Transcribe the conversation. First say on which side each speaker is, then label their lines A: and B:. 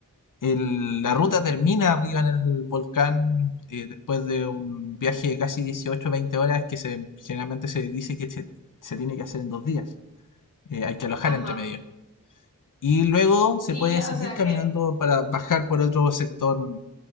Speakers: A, on the left; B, on the left.
A: El, la ruta termina arriba en el volcán eh, después de un viaje de casi 18-20 horas que se, generalmente se dice que se, se tiene que hacer en dos días. Eh, hay que alojar
B: Ajá.
A: entre medio. Y luego se
B: Y
A: puede seguir
B: o sea
A: caminando
B: que,
A: para bajar por otro sector